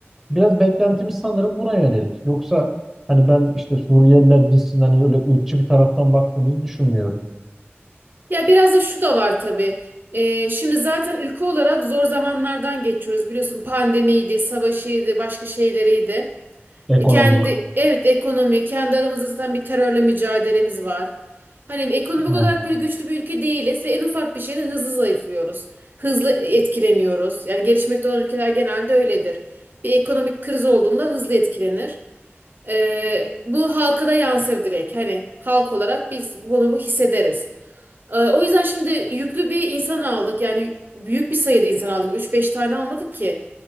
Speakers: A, in the centre; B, on the right (about 50°).
A: Biraz beklentimiz sanırım buna yönelik. Yoksa hani ben işte Suriyeliler gitsin hani öyle ırkçı bir taraftan baktığımızı düşünmüyorum.
B: Ya biraz da şu da var tabii. Ee, şimdi zaten ülke olarak zor zamanlardan geçiyoruz. Biliyorsun pandemiydi, savaşıydı, başka şeyleriydi. E,
A: Ekonomi
B: kendi evet ekonomi, kendi aramızda zaten bir terörle mücadelemiz var. Hani ekonomik
A: yani.
B: olarak böyle güçlü bir ülke değiliz ve en ufak bir şeyde hızlı zayıflıyoruz. Hızlı etkileniyoruz. Yani gelişmekte olan ülkeler genelde öyledir. Bir ekonomik kriz olduğunda hızlı etkilenir. Ee, bu halka da yansır direkt. Hani halk olarak biz bunu hissederiz. Ee, O yüzden şimdi yüklü bir insan aldık. Yani büyük bir sayıda insan aldık. üç beş tane almadık ki.